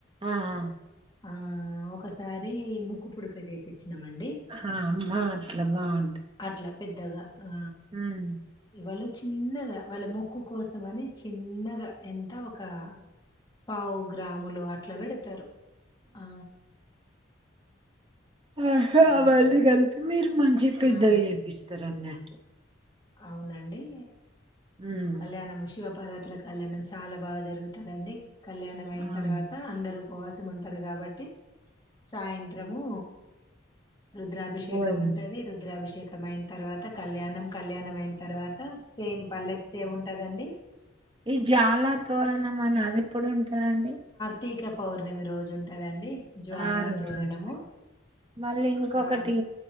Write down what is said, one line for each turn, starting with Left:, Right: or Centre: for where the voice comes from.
Right: ఆ ఆ
Left: ఆ ఒకసారి ముక్కు పుడక చేపిచ్ నమండి
Right: ఆ అమ్మా అట్లా బాగుంటాయి
Left: అట్లా పెద్దగా ఆ
Right: హ్మ్
Left: ఎవలు చిన్నగ వాళ్ళ మొక్కు కోసం అని చిన్నగా ఎంత ఒక పావు గ్రాములు అట్ల పెడతారు ఆ
Right: ఆహా
Left: ఇగ
Right: వాళ్ళు కలిపి మీరు మంచిగా పెద్దగా
Left: ఆ
Right: చేపిస్తారు అన్నట్టు
Left: అవునండి
Right: హ్మ్
Left: కళ్యాణము శి శివపార్వతల కళ్యాణం చాలా బాగా జరుగుతదిండి కళ్యాణం అయిన
Right: అవును
Left: తర్వాత అందరుూ ఉపవాసం ఉంటారు కాబట్టి సాయంత్రము రుద్రాభిషేకం
Right: భోజనం
Left: ఉంటుంది రుద్రాభిషే శేకం అయిన్ తర్వాత కళ్యాణం కళ్యాణం అయిన తర్వాత సేమ్ పల్లకి ఏముంటాదండి
Right: ఈ జాలా తోరణం అని అదేప్పుడు ఉంటదండి
Left: తీక పౌర్ణమి రోజు ఉంటుందండి జ్వాలా
Right: ఆ రోజు
Left: తోరణము
Right: ఉంటది మళ్ళీ ఇంకొకటి
Left: ఆ